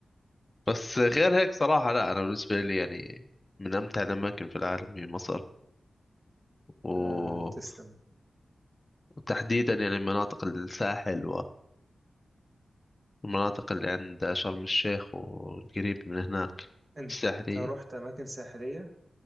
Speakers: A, on the left; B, on the right.
A: بس غير هيك صراحة لا انا بالنسبة لي يعني من امتع الاماكن في العالم هي مصر و...
B: آه تسلم
A: وتحديدا يعني مناطق الساحل والمناطق اللي عند شرم الشيخ والقريب من هناك
B: انت
A: الساحلية
B: رحت اماكن ساحلية